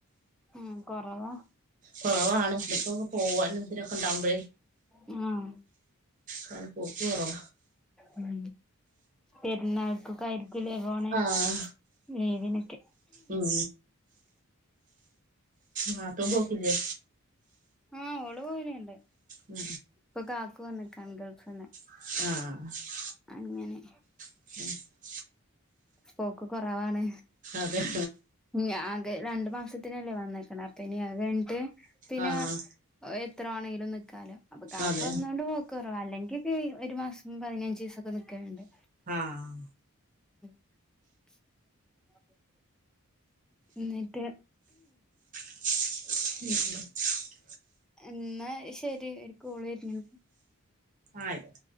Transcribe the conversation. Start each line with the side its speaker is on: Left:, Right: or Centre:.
Centre: ഉം. കൊറവാ!
Right: കൊറവാണ്. ട്രിപ്പൊക്കെ പോകാനും ഇതിനൊക്കെ ഉണ്ടാകുമ്പോഴേ!
Centre: ഉം
Right: കാരണം പോക്ക് കൊറവാ
Centre: ഉം! പെരുന്നാൾകൊക്കായിരു പിന്നെ പോണം
Right: ആഹ്
Centre: ലീവിനൊക്കെ!
Right: ഉം നാത്തൂൻ പോക്കില്ലേ
Centre: ആഹ്! ഓള് പോവലുണ്ട്!
Right: ഉം
Centre: ഇപ്പൊ കാക്കു വന്നിക്കണ് ഗൾഫിന്ന്.
Right: ആഹ്!
Centre: അങ്ങനെ!
Right: <unintelligible>
Centre: പോക്ക് കൊറവാണ്.
Right: അതെ
Centre: ഞാ ആകെ രണ്ട് മാസ ത്തിനല്ലേ വന്നിക്കണെ. അപ്പ ഇനി അത് കഴിഞ്ഞിട്ട് പിന്നെ
Right: ആഹ്
Centre: എത്ര വേണെങ്കിലും നിൽക്കാലോ. അപ്പൊ കാക്കു
Right: അതെ
Centre: വന്നോണ്ട് പോക്ക് കൊറ അല്ലെങ്കിയക്കെ ഒരു മാസം പതിനഞ്ച് ദിവസൊക്കെ നിക്കല്ണ്ട്.
Right: ആഹ്
Centre: <unintelligible> ന്നിട്ട്?
Right: <unintelligible>
Centre: എന്നാ ശരി ഒരു കോളു വരുന്നുണ്ട്.
Right: ആയിക്കോട്ടെ